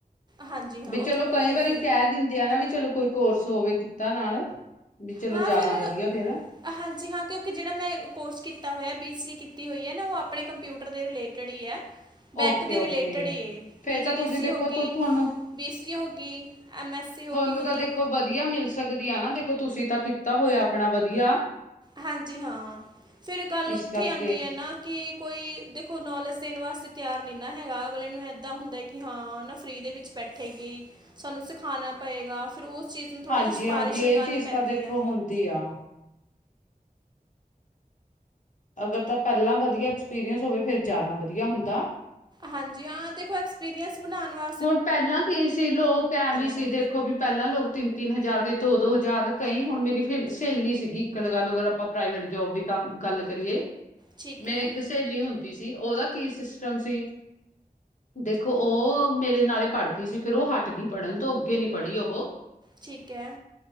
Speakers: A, on the right; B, on the left.
A: ਹਾਂਜੀ ਹਾਂ
B: ਵੀ
A: ਉੱਥੇ
B: ਚਲੋਂ
A: ਆਪਣਾ
B: ਕਈ
A: ਟਾਈਪਿੰਗ
B: ਵਾਰੀ ਕਹਿ ਦਿੰਦੇ ਆ ਨਾ ਵੀ ਚਲੋਂ ਕੋਈ ਕੋਰਸ ਹੋਵੇ ਕਿੱਤਾ ਨਾਲ। ਵੀ ਚਲੋਂ
A: ਹਾਂ
B: ਜ਼ਿਆਦਾ
A: ਫਿਰ
B: ਵਧੀਆ ਫੇਰ।
A: ਹਾਂਜੀ ਹਾਂ, ਕਿਉਂਕਿ ਜਿਹੜਾ ਮੈਂ ਕੋਰਸ ਕੀਤਾ ਹੋਇਆ ਬੀ ਸੀ ਏ ਕੀਤੀ ਹੋਈ ਐ ਨਾ, ਉਹ ਆਪਣੇ ਕੰਪਿਊਟਰ ਦੇ ਰਿਲੇਟ ਰਿਲੇਟਡ ਈ ਐ, ਬੈਂਕ
B: ਓਕੇ
A: ਦੇ
B: ਓਕੇ
A: ਰਿਲੇਟਡ ਹੀ ਐ,
B: ਫੇਰ
A: ਪੀਜੀਡੀ
B: ਤਾਂ ਤੁਸੀਂ
A: ਸੀ
B: ਦੇਖੋ
A: ਹੋਗੀ
B: ਤੁ- ਤੁਹਾਨੂੰ
A: ਬੀਸੀ ਹੋਗੀ, ਐੱਮ ਐੱਸ ਸੀ ਹੋਗੀ
B: ਤੁਹਾਨੂੰ
A: ਮਤਲਬ
B: ਤਾਂ ਦੇਖੋ ਵਧੀਆ ਮਿਲ ਸਕਦੀ ਆ, ਨਾ ਦੇਖੋਂ ਤੁਸੀਂ ਤਾਂ ਕੀਤਾ ਹੋਇਆ ਆਪਣਾ ਵਧੀਆ।
A: ਹਾਂਜੀ ਹਾਂ, ਫਿਰ ਗੱਲ
B: ਇਸ
A: ਉੱਥੇ
B: ਕਰਕੇ
A: ਆਦੀ ਐ ਨਾ ਕਿ ਕੋਈ ਦੇਖੋ ਨੌਲੇਜ ਦੇਣ ਵਾਸਤੇ ਤਿਆਰ ਨਈਂ ਨਾ ਹੈਗਾ, ਅਗਲੇ ਨੂੰ ਇਦਾਂ ਹੁੰਦਾ ਕਿ ਹਾਂ ਨਾ ਫਰੀ ਦੇ ਵਿੱਚ ਬੈਠ ਠੇ ਗੀ, ਸਾਨੂੰ ਸਿਖਾਨਾ ਪਏਗਾ, ਫਿਰ ਉਸ ਚੀਜ਼ ਨੂੰ ਥੋੜ੍ਹੀ
B: ਹਾਂਜੀ
A: ਜਿਹੀ ਸਿਫਾਰਸ਼
B: ਹਾਂਜੀ
A: ਲਗਾਉਣੀ
B: ਇਹ ਚੀਜ਼
A: ਪੈਂਦੀ
B: ਤਾਂ ਦੇਖੋ
A: ਐ।
B: ਹੁੰਦੀ ਆ। ਅਗਰ ਤਾਂ ਪਹਿਲਾਂ ਵਧੀਆ ਐਕਸਪੀਰੀਅੰਸ ਹੋਵੇ, ਫਿਰ ਜ਼ਿਆਦਾ ਵਧੀਆ ਹੁੰਦਾ।
A: ਹਾਂਜੀ ਹਾਂ ਦੇਖੋ, ਐਕਸਪੀਰੀਅੰਸ ਬਣਾਉਨ ਵਾ
B: ਹੁਣ ਪਹਿਲਾਂ ਕੀ ਸੀ, ਲੋਕ ਐ ਵੀ ਸੀ
A: ਹੈ।
B: ਦੇਖੋ ਵੀ ਪਹਿਲਾਂ ਲੋਕ ਤਿੰਨ-ਤਿੰਨ ਹਜ਼ਾਰ ਦੇ, ਦੋ-ਦੋ ਹਜ਼ਾਰ ਕਈ ਹੁਣ ਮੇਰੀ ਫ ਸਹੇਲੀ ਸੀਗੀ ਇੱਕ ਲਗਾ ਲੋ ਅਗਰ ਆਪਾਂ ਪ੍ਰਾਈਵੇਟ ਜੋਬ ਦੀ ਕੰਮ ਗੱਲ ਕਰੀਏ,
A: ਠੀਕ
B: ਮੇਰੀ
A: ਹੈ
B: ਇੱਕ ਸਹੇਲੀ ਹੁਣ ਦੀ ਸੀ, ਉਹਦਾ ਕੀ ਸਿਸਟਮ ਸੀ ਦੇਖੋ ਉਹ ਮੇਰੇ ਨਾਲੇ ਪੜ੍ਹਦੀ ਸੀ ਫੇਰ ਉਹ ਹੱਟ ਗਈ ਪੜ੍ਹਨ ਤੋ ਅੱਗੇ ਨੀ ਪੜ੍ਹੀ ਉਹੋ।
A: ਠੀਕ ਐ।